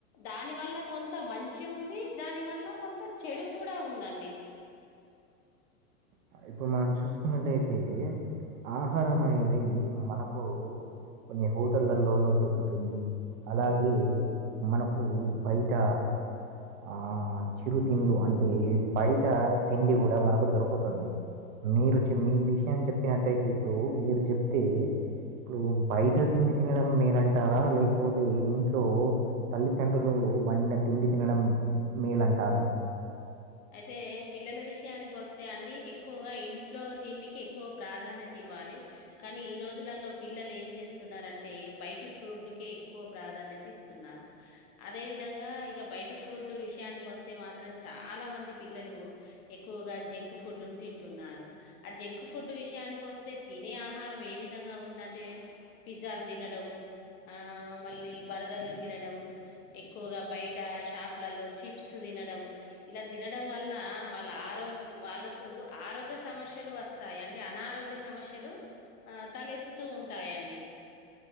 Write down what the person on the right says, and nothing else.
ఇప్పుడు మనం చూసుకున్నట్టయితే ఆహారం అనేది మనకు. కొన్ని హోటళ్లలోనూ దొరుకుతుంది అలాగే మనకు బయట. ఆ చిరుతింలు అంటే బయట తిండి కూడా మనకు దొరుకుతుంది. మీరు చెమీ విషయం చెప్పినట్టయితే ఇప్పుడు మీరు చెప్తే. ఇప్పుడు బయట తిండి తినడం మేనంటారా లేకపోతే ఇంట్లో తల్లితండ్రులు. వండిన తిండి తినడం మేలంటారా.